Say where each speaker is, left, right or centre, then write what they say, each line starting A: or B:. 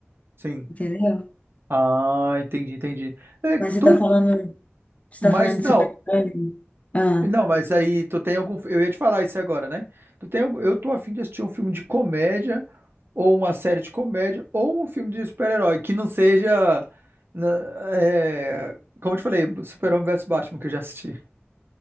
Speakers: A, on the right (about 55°); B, on the left (about 30°).
A: Sim.
B: entendeu?
A: Ah, entendi, entendi. É,
B: Mas você
A: tu,
B: tá falando, você
A: mas
B: tá falando de
A: não,
B: super-herói? Ah.
A: Não, mas aí tu tem algum. Eu ia te falar isso agora, né? Tu tem, algum- eu tô afim de assistir um filme de comédia, ou uma série de comédia, ou um filme de super-herói, que não seja. na- é, como eu te falei, Super-Homem versus Batman, que eu já assisti.